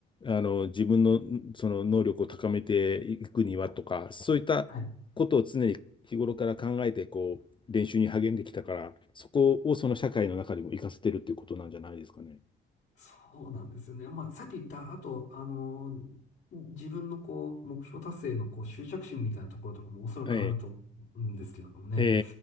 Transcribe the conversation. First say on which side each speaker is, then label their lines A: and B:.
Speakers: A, on the left (about 25°); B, on the left (about 60°).
A: あの、自分の、その能力を高めていくにはとか、そういったことを常に日頃から考えて、
B: はい。
A: こう、練習に励んできたから、そこをその社会の中でも活かせてるっていうことなんじゃないですかね。
B: そうなんですよね。まあ、さっき言った、あと、あのー自分のこう、目標達成のこう、執着心みたいなところとかもおそらくあると思うんですけどもね。
A: ええ。え